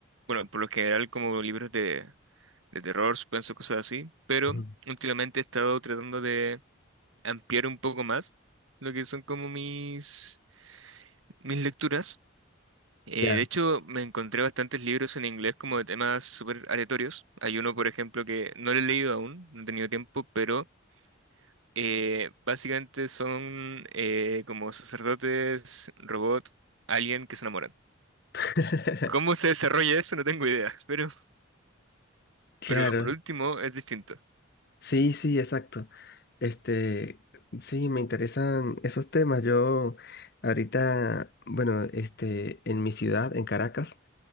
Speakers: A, on the right; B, on the left.
A: bueno, por lo general como libros de, de terror, suspenso, cosas así, pero
B: ujú.
A: últimamente he estado tratando de ampliar un poco más lo que son como mis, mis lecturas. Eh,
B: Ya.
A: de hecho, me encontré bastantes libros en inglés como de temas súper aleatorios. Hay uno, por ejemplo, que no lo he leído aún, no he tenido tiempo, pero eh, básicamente son eh, como sacerdotes, robot, alguien que se enamoran.
B: <laughs>
A: ¿Cómo se desarrolla eso? No tengo idea, <laughs> pero,
B: Claro.
A: pero por último es distinto.
B: Sí, sí, exacto. Este, sí, me interesan esos temas. Yo ahorita, bueno, este, en mi ciudad, en Caracas,